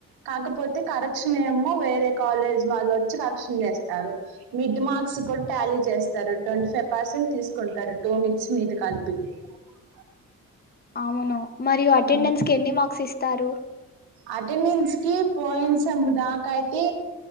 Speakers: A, on the right; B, on the left.
A: కాకపోతే కరెక్షన్ ఏమో వేరే కాలేజ్ వాళ్ళు వచ్చి కరెక్షన్ చేస్తారు మిడ్ మార్క్స్ కూడా టాలీ చేస్తారు ట్వంటీ ఫైవ్ పర్సెంట్ తీసుకుంటారు టూ మిడ్స్ మీద కలిపి అ
B: అవును మరియు అటెండెన్స్
A: ఉమ్.
B: కి ఎన్ని మార్క్స్ ఇస్తారు
A: అటెండెన్స్ కి పోయిన్ సెమ్ దాకా అయితే